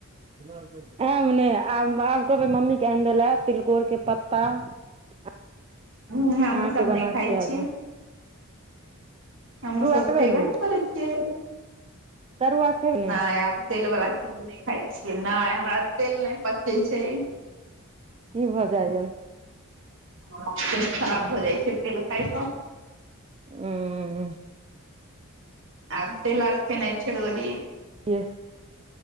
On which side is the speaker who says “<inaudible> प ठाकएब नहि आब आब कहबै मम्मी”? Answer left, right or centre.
Right